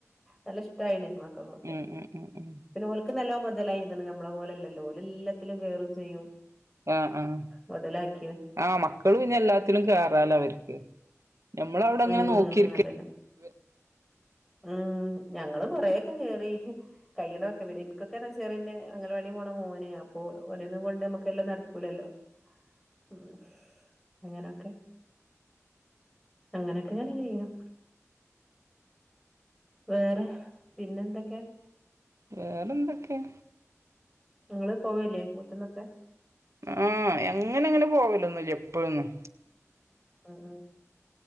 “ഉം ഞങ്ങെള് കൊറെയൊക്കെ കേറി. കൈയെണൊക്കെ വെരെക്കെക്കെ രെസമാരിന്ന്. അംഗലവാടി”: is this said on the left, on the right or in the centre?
Centre